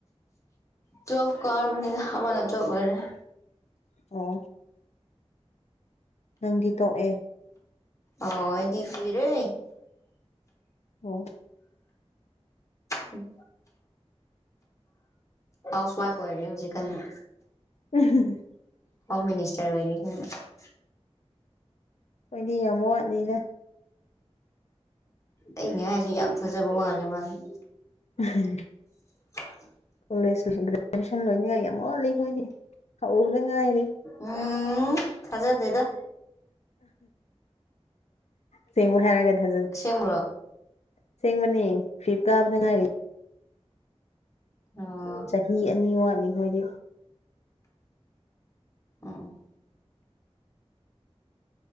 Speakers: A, on the left; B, on the left.
A: ꯇꯨꯋꯦꯜꯐ ꯀꯥꯔꯕꯅꯤꯗ ꯑꯃꯅ ꯇꯨꯌꯦꯜꯞ ꯂꯣꯏꯔꯦ__
B: ꯑꯣ ꯅꯪꯗꯤ ꯇꯣꯛꯑꯦ
A: ꯑꯣ ꯑꯩꯗꯤ ꯀꯨꯏꯔꯦ
B: ꯑꯣ
A: ꯎꯝ ꯍꯥꯎꯁ ꯋꯥꯏꯐ ꯑꯣꯏꯔꯦ ꯍꯨꯖꯤꯛꯀꯟꯅ
B: <inaudible>
A: ꯍꯣꯝ ꯃꯤꯅꯤꯁꯇꯔ ꯑꯣꯏꯔꯦ ꯀꯟꯅ __
B: ꯈꯣꯏꯗꯤ ꯌꯥꯝ ꯋꯥꯠꯅꯤꯗ
A: ꯑꯩꯅ ꯍꯥꯏꯖꯦ ꯌꯥꯝ ꯐꯖꯕ ꯋꯥꯠꯂꯦ ꯃꯥꯁꯦ
B: <inaudible>
A: <inaudible>
B: ꯀꯣꯂꯦꯖ ꯂꯣꯏꯁꯤꯟ ꯒ꯭ꯔꯦꯖꯨꯑꯦꯁꯟ ꯂꯣꯏꯅꯤꯡꯉꯥꯏ ꯌꯥꯝ ꯋꯥꯜꯂꯤꯈꯣꯏꯗꯤ ꯍꯧꯕꯗ ꯉꯥꯏꯔꯤ
A: ꯎꯝ ꯊꯥꯖꯗꯦꯗ
B: ꯁꯤꯡꯉꯣ ꯍꯥꯏꯔꯒ <unintelligible>
A: ꯑꯁꯦꯡꯕ꯭ꯔꯣ
B: ꯑꯁꯦꯡꯕꯅꯤ ꯐꯤꯞ ꯀꯥꯕꯗ ꯉꯥꯏꯔꯤ
A: ꯑꯣ
B: ꯆꯍꯤ ꯑꯅꯤ ꯋꯥꯠꯂꯤꯈꯣꯏꯗꯤ
A: ꯑꯣ ꯑꯣ